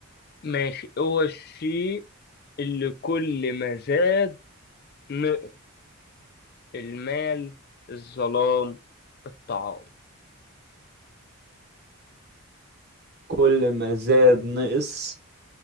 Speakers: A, on the left (about 45°); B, on the right (about 45°).
A: ماشي هو الشيء اللي كل ما زاد نقص المال الظلام الطعام
B: كل ما زاد نقص